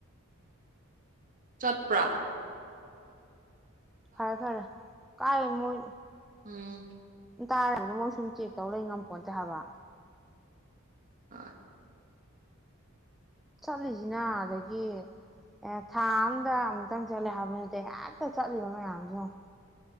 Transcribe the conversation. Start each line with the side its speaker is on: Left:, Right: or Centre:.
Right: ꯆꯄ꯭ꯔꯥ
Centre: ꯐꯔꯦ ꯐꯔꯦ ꯀꯥꯏ ꯃꯣꯏ
Right: ꯎꯝ
Centre: ꯇꯥꯔꯕꯗ ꯃꯣꯏ ꯁꯨꯝ ꯆꯦꯛ ꯇꯧ ꯂꯩ ꯉꯝꯄꯣꯠꯇꯦ ꯍꯥꯏꯕ
Right: ꯑꯥ
Centre: ꯆꯠꯂꯤꯁꯤꯅ ꯑꯗꯒꯤ ꯑꯦ ꯊꯥ ꯑꯝꯗ ꯑꯃꯨꯛꯇꯪ ꯆꯠꯂꯦ ꯍꯥꯏꯕ ꯅꯠꯇꯦ ꯍꯦꯛꯇ ꯆꯠꯂꯤꯕ ꯃꯌꯥꯝꯁꯤꯅ